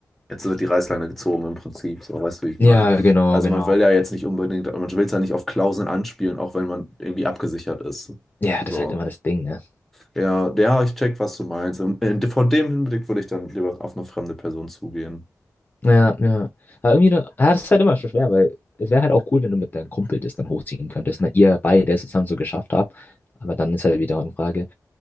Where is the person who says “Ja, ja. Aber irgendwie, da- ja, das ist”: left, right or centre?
Left